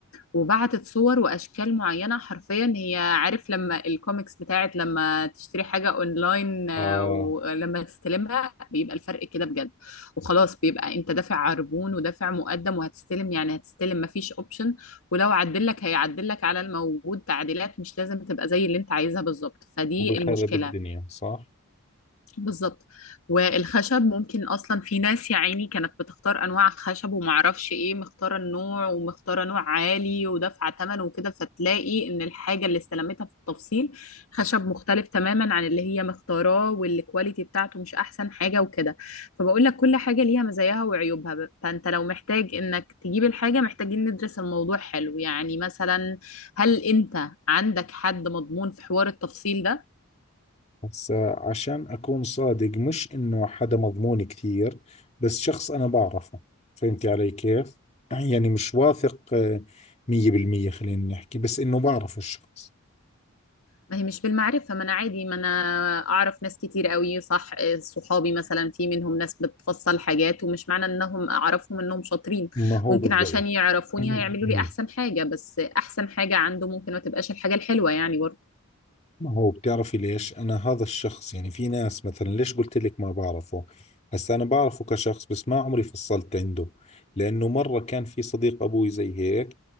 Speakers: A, on the left; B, on the left.
A: وبعتت صور واشكال معينه حرفيا هي عارف لما الكوميكس بتاعت لما تشتري حاجه اونلاين آه،
B: آه
A: ولما تستلمها بيبقى الفرق كده بجد وخلاص بيبقى انت دافع عربون ودافع مقدم وهتستلم يعني هتستلم مفيش اوبشن ولو عدلك هيعدلك على الموجود تعديلات مش لازم تبقى زي اللي انت عايزها بالظبط فدي
B: وبخرب
A: المشكله
B: الدنيا صح؟
A: بالظبط والخشب ممكن اصلا في ناس يا عيني كانت بتختار انواع خشب ومعرفش ايه مختاره النوع ومختاره نوع عالي ودافعه ثمن وكده فتلاقي ان الحاجه اللي استلمتها في التفصيل خشب مختلف تماما عن اللي هي مختاراه والكواليتي بتاعته مش احسن حاجه وكده فبقول لك كل حاجه ليها مزاياها وعيوبها ب- فانت لو محتاج انك تجيب الحاجه محتاجين ندرس الموضوع حلو يعني مثلا هل انت عندك حد مضمون في حوار التفصيل ده
B: هسا عشان أكون صادق مش إنه حدا مضمون كثير بس شخص أنا بعرفه فهمتي علي كيف؟ <clears throat> يعني مش واثق آه، مية بالمية خلينا نحكي بس إنه بعرفه الشخص
A: ما هي مش بالمعرفة ما أنا عادي ما أنا أعرف ناس كتير قوي صح آه، صحابي مثلا في منهم ناس بتفصل حاجات ومش معنى إنهم أعرفهم إنهم شاطرين
B: ما هو
A: ممكن
B: بالضبط
A: عشان يعرفوني
B: مم.
A: هيعملوا لي أحسن حاجة بس أحسن حاجة عنده ممكن ما تبقاش الحاجة الحلوة يعني برضه
B: ما هو بتعرفي ليش أنا هذا الشخص يعني في ناس مثلا ليش قلت لك ما بعرفه هسا أنا بعرفه كشخص بس ما عمري فصلت عنده لأنه مرة كان في صديق أبوي زي هيك